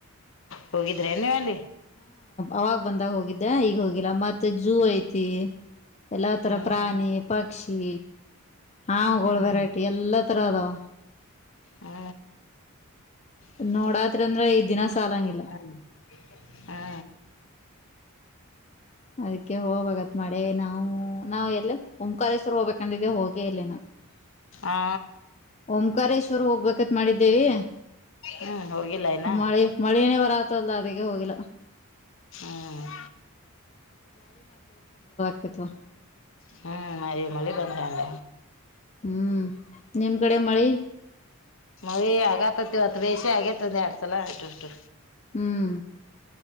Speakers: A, on the left; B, on the left.
A: ಹೋಗಿದ್ರೆ ನೀವಲ್ಲಿ.
B: ಅವಾಗ್ ಬಂದಾಗ ಹೋಗಿದ್ದ ಈಗ ಹೋಗಿಲ್ಲ ಮತ್ತ ಜೂ ಐತಿ. ಎಲ್ಲ ತರ
A: ಹ್ಮ್
B: ಪ್ರಾಣಿ ಪಕ್ಷಿ ಹಾವಗೋಳ ವೆರೈಟಿ ಎಲ್ಲ ತರ ಅದಾವ.
A: ಹಾ <unintelligible>
B: ನೋಡಾತ್ರಿ ಅಂದ್ರ ಈ ದಿನ ಸಾಲಂಗಿಲ್ಲ
A: ಹಾ ಹಾ
B: ಅದಕ್ಕೆ ಹೋಬೆಕ್ ಅತ್ತ ಮಾಡಿವಿ ನಾವು ನಾವ್ ಎಲ್ಲ. ಓಂಕಾರೇಶ್ವರ ಹೋಗ್ಬೇಕ ಅಂದಿದೇವು ಹೋಗೆ ಇಲ್ಲ ಹಿನಾ.
A: ಆ
B: ಓಂಕಾರೇಶ್ವರ್ ಹೋಗ್ಬೇಕತ್ ಮಾಡಿದ್ದೇವಿ.
A: ಹ್ಮ್ ಹೋಗಿಲ್ಲ ಇನ್ನ
B: ಮಳಿ ಮಳಿನೆ ಬರಾತದ್ಲ ಅದೀಕ್ಕೆ ಹೋಗಿಲ್ಲ.
A: ಹ್ಮ್
B: ಐತ್ ವಾ
A: ಹ್ಮ್ ಮಳಿ ಮಳಿ ಬಂದ್ರ ಹ್ಯಾಂಗ
B: ಹ್ಮ್ ನಿಮ್ ಕಡೆ ಮಳಿ.
A: ಮಳಿ ಆಗತೈತಿ ಇವತ್ತ್ ಬೇಷಿ ಆಗೈತಿ ಒಂದ್ ಎರಡ್ ಸಲ ಇಷ್ಟು ಇಷ್ಟು.
B: ಹ್ಮ್